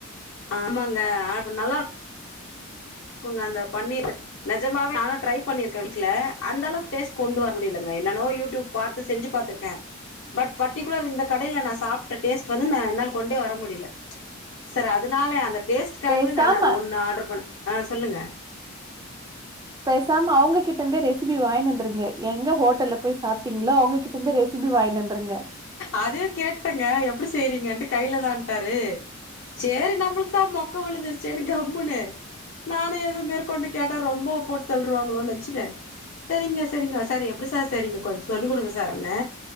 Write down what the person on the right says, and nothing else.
பேசாம
பேசாம அவுங்ககிட்ட இருந்தே ரெசிபி வாங்னி வந்துருங்க எங்க ஹோட்டல்ல போய் சாப் டீங்ளோ அவுங்ககிட்ட இருந்து ரெசிபி வாங்ன்வந்துருங்க